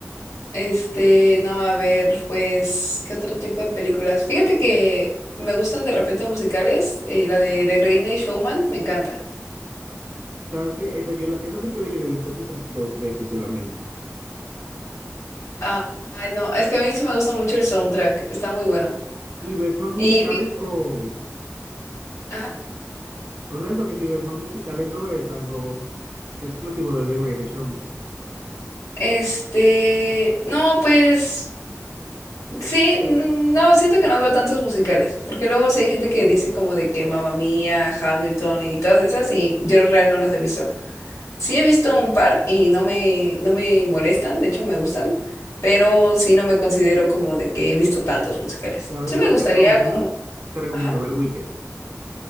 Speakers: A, on the left; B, on the right.
A: Este, no, a ver, pues, ¿qué otro tipo de películas? Fíjate que me gustan de repente musicales. eh, la de The Greatest Showman, me encanta.
B: ¿Sabes qué? Esa, yo la- esa película yo la he visto quizás dos veces solamente.
A: Ah, ay, no, es que a mí sí me gusta mucho el soundtrack, está muy bueno.
B: ¿Y ves más musicales
A: Y, fí-
B: o,
A: ajá,
B: O sea, eso que si ves más musical, eso es algo exclusivo de The Greatest Showman.
A: este, no, pues... Sí, mm, no, siento que no veo tantos musicales, porque luego sí hay gente que dice como de que Mamma Mía, Hamilton y todas esas, y yo real no las he visto. Sí he visto un par y no me, no me molestan, de hecho me gustan, pero sí no me considero como de que he visto tantos musicales.
B: ¿Sabes
A: Sí me
B: cuál
A: gustaría
B: te recomiendo?
A: como,
B: Te recomiendo
A: ajá.
B: ver Wicked.